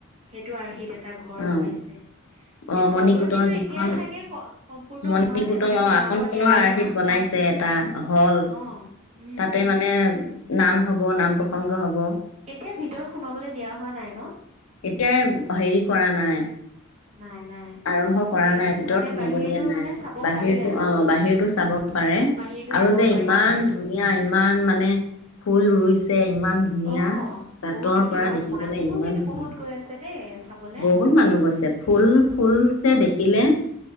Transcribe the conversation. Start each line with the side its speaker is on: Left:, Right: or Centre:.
Right: সেইটো আৰ্হি তেত এটা ঘৰ
Left: অ
Right: বনাইছে। এই
Left: অ
Right: ঘৰবোৰ
Left: মণিকূটৰ
Right: কিন্তু
Left: যিখন
Right: এতিয়া চাগে ক, সম্পূৰ্ণ
Left: মণিকূটৰ
Right: হোৱা নাই, মানে সোমাব
Left: আসনখনৰ
Right: দিয়া নাই
Left: আৰ্হিত
Right: নহয়।
Left: বনাইছে এটা হ'ল
Right: অ উম
Left: তাতে মানে নাম হ'ব নাম প্ৰসংগ হ'ব।
Right: এতিয়া ভিতৰত সোমাবলৈ দিয়া হোৱা নাই ন'
Left: এতিয়া হেৰি কৰা নাই
Right: নাই নাই
Left: আৰম্ভ কৰা
Right: এই
Left: নাই, ভিতৰত
Right: মানে
Left: সোমাব
Right: বাহিৰটো
Left: দিয়া নাই।
Right: মানে চাব
Left: বাহিৰতো
Right: পাৰি আৰু
Left: অ', বাহিৰতটো চাব পাৰে
Right: বাহিৰটো
Left: আৰু
Right: চাব
Left: যে
Right: পাৰি
Left: ইমান
Right: মানে
Left: ধুনীয়া ইমান মানে ফুল ৰুইছে। ইমা ইমান ধুনীয়া
Right: অ
Left: বাতৰ
Right: বহুত ধুনীয়া
Left: পৰা
Right: আৰু
Left: দেখিবলৈ
Right: মানুহো
Left: ইমান
Right: কিন্তু
Left: ধুনীয়া
Right: বহুত গৈ আছে দেই চাবলে
Left: বহুত মানুহ গৈছে। ফুল
Right: উম
Left: ফুল যে দেখিলে